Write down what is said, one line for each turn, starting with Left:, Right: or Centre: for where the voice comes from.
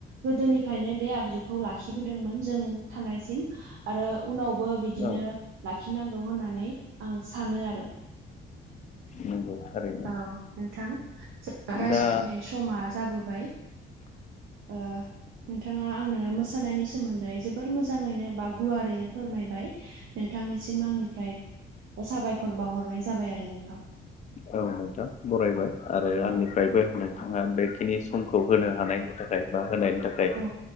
Right: गोदोनिफ्रायनो बे आगजुखौ लाखिबोदोंमोन जों थानायसिम आरो उनावबो बिदिनो
Left: औ
Right: लाखिनांगौ होननानै आं सानो आरो
Left: नोंगौ थारै
Right: औ नोंथां जों <unintelligible> रायज्लायनाय
Left: दा
Right: समा जाबोबाय ओ नोंथाङा आंनो मोसानायनि सोमोन्दै जोबोर मोजाङैनो बा गुवारैनो फोरमायबाय। नोंथांनिसिम आंनिफ्राय साबायखर बावहरनाय जाबाय आरो नोंथां।
Left: औ नोंथां बरायबाय। आरो आंनिफ्रायबो
Right: औ
Left: नोंथाङा बे खिनि समखौ होनो हानायनि थाखाय बा होनायनि थाखाय
Right: औ